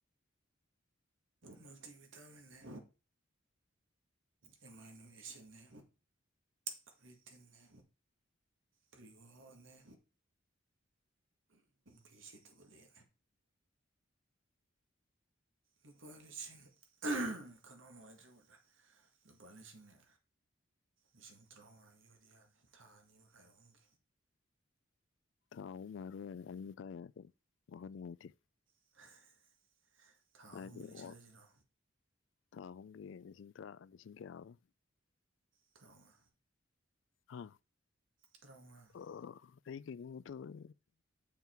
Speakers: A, on the right; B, on the left.
A: ꯃꯜꯇꯤ ꯕꯤꯇꯥꯃꯤꯟꯅꯦ ꯑꯦꯃꯥꯏꯅꯣ ꯑꯦꯁꯤꯠꯅꯦ ꯀ꯭ꯔꯤꯇꯤꯟꯅꯦ ꯄ꯭ꯔꯤꯒꯣꯍꯣꯟꯅꯦ ꯕꯤꯁꯤꯇꯨꯒꯨꯂꯦꯟꯅꯦ ꯂꯨꯄꯥ ꯂꯤꯁꯤꯡ ꯈꯅꯥꯎ ꯅꯨꯡꯉꯥꯏꯇ꯭ꯔꯦ ꯋꯤꯕ꯭ꯔ ꯂꯨꯄꯥ ꯂꯤꯁꯤꯡꯅꯦ ꯂꯤꯁꯤꯡ ꯇ꯭ꯔꯥꯎꯉꯥꯒꯤ ꯑꯣꯏꯗꯤ ꯌꯥꯔꯦ ꯊꯥ ꯑꯅꯤ ꯃꯈꯥꯏ ꯑꯍꯨꯝꯒꯤ
B: ꯊꯥ ꯑꯍꯨꯝ ꯃꯔꯤ ꯍꯥꯏꯗꯤ ꯑꯅꯤ ꯈꯔ ꯍꯦꯟꯗ꯭ꯔꯗꯤ ꯋꯥꯈꯟ ꯅꯨꯡꯉꯥꯏꯇꯦ
A: <inaudible>
B: ꯍꯥꯏꯗꯤ ꯑꯣ
A: ꯂꯤꯁꯤꯜꯂꯁꯤꯔꯣ
B: ꯊꯥ ꯑꯍꯨꯝꯒꯤ ꯂꯤꯁꯤꯡ ꯇꯔꯥ ꯂꯤꯁꯤꯡ ꯀꯌꯥ ꯑꯕ
A: ꯇ꯭ꯔꯥꯎꯉꯥ
B: ꯍꯥ
A: ꯇ꯭ꯔꯥꯎꯉꯥ
B: ꯑꯣ ꯑꯩ ꯀꯩꯅꯣꯝꯃ ꯇꯧꯔꯦ